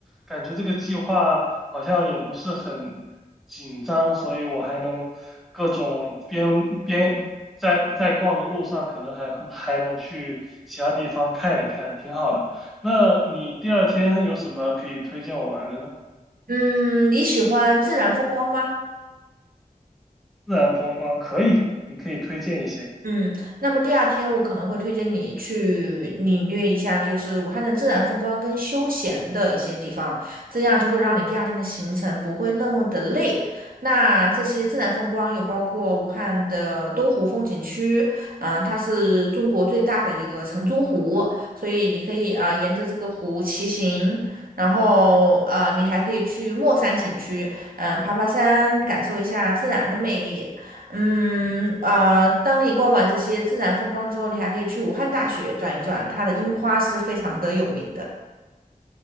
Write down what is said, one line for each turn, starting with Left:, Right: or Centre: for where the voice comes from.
Centre: 感觉这个计划好像也不是很紧张，所以我还能各种边边在在逛的路上，可能还还能去其他地方看一看，挺好的。那你第二天有什么可以推荐我玩的呢？
Right: 嗯，你喜欢自然风光吗？
Centre: 自然风光可以，你可以推荐一些。
Right: 嗯，那么第二天我可能会推荐你去领略一下，就是武汉的自然风光跟休闲的一些地方，这样就会让你第二天的行程不会那么的累。那这些自然风光有包括武汉的东湖风景区，嗯、它是中国最大的一个城中湖，所以你可以啊、呃沿着这个湖骑行，然后呃你还可以去墨山景区，嗯、爬爬山，感受一下自然的魅力。嗯，呃，当你逛完这些自然风光之后，你还可以去武汉大学转一转，它的樱花是非常的有名的。